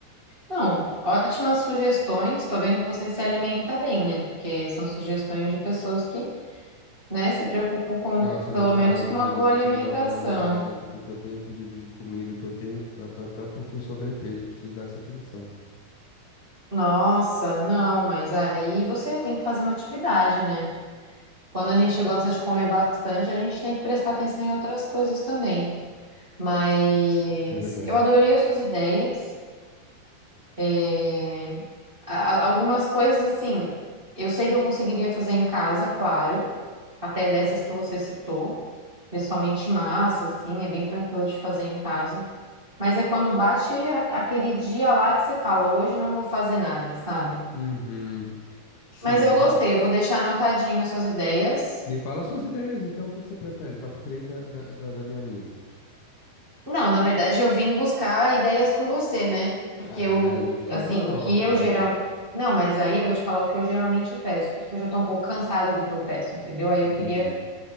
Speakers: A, on the right (about 40°); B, on the left (about 80°).
A: Não, ótimas sugestões. Tô vendo que você se alimenta bem, né? Porque são sugestões de pessoas que, né, se preocupam com,
B: Nossa,
A: pelo
B: nem fala,
A: menos com
B: menina.
A: uma boa
B: Eu preciso
A: alimentação.
B: dar uma maneirada, porque o que eu tenho pedido de comida, o que eu tenho, eu tô até um pouquinho sobrepeso, eu preciso dar essa atenção,
A: Nossa, não, mas aí você tem que fazer uma atividade, né? Quando a gente gosta de comer bastante, a gente tem que prestar atenção em outras coisas também. Mas
B: na verdade.
A: eu adorei as suas ideias. É, a- Algumas coisas, assim, eu sei que eu conseguiria fazer em casa, claro, até dessas que você citou, principalmente massa, assim, é bem tranquilo de fazer em casa. Mas é quando bate a- aquele dia lá que você fala, hoje não vou fazer nada, sabe?
B: Uhum. Sim.
A: Mas eu gostei, eu vou deixar anotadinho as suas ideias.
B: Me fala suas ideias, então, o que que você prefere? Top 3 da, da, da, da minha amiga.
A: Não, na verdade eu vim buscar ideias com você, né? Porque
B: Ah,
A: o,
B: mas a gente faz
A: assim,
B: uma troca,
A: o que eu
B: vai.
A: geral, não, mas aí eu vou te falar o que eu geralmente peço, porque eu já tô um pouco cansada do que eu peço, entendeu? Aí eu
B: Entendi.
A: queria